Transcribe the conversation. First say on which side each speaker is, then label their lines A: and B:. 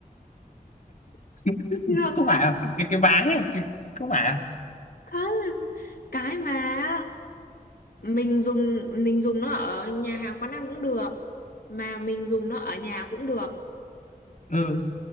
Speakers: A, on the left; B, on the left.
A: <laughs>
B: <laughs> chưa
A: không
B: các bạn.
A: phải à cái cái váng này cái không phải à
B: không cái mà mình dùng mình dùng nó ở nhà hàng quán ăn cũng được mà mình dùng nó ở nhà cũng được
A: ừ.